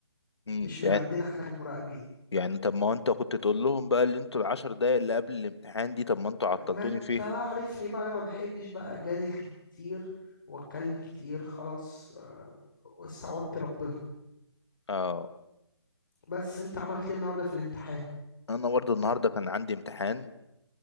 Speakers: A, on the left; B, on the left.
A: امم
B: مش من
A: يعني
B: عندنا احنا كمراقبين
A: يعني طب ما هو انت كنت تقول لهم بقى اللي انتوا العشر دقايق اللي قبل الامتحان دي طب ما انتوا عطلتوني
B: ما انت
A: فيها
B: بقى عارفني بقى انا ما بحبش بقى اجادل كتير واتكلم كتير خلاص آه، استعوضت ربنا
A: اه
B: بس انت عملت ايه النهارده في الامتحان
A: انا برضه النهارده
B: و-
A: كان عندي امتحان